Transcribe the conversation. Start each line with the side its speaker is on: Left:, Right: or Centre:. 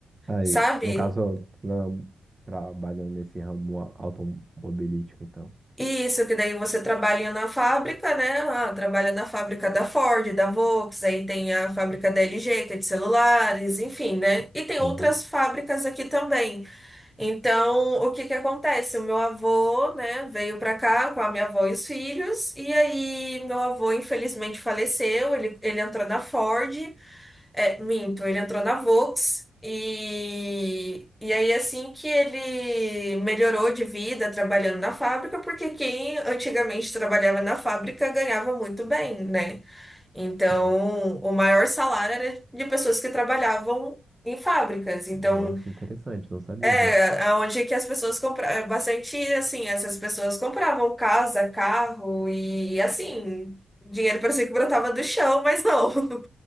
Right: Aí,
Centre: sabe?
Right: no caso, tra trabalhou nesse ramo a- automobilístico, então.
Centre: Isso, que daí você trabalha na fábrica, né? Ah, trabalha na fábrica da Ford, da Volks, aí tem a fábrica da LG, que é de celulares, enfim, né? E tem
Right: Uhum.
Centre: outras fábricas aqui também. Então, o que que acontece? O meu avô, né, veio pra cá com a minha avó e os filhos, e aí meu avô infelizmente faleceu, ele, ele entrou na Ford, é, minto, ele entrou na Volks, e, e aí assim que ele melhorou de vida trabalhando na fábrica, porque quem antigamente trabalhava na fábrica ganhava muito bem, né? Então,
Right: Sim.
Centre: o maior salário era de pessoas que trabalhavam em fábricas,
Right: Nossa,
Centre: então...
Right: interessante, não sabia
Centre: É,
Right: disso.
Centre: aonde é que as pessoas compravam bastante, assim, essas pessoas compravam casa, carro e assim, o dinheiro parecia que brotava do chão, mas não. <laughs>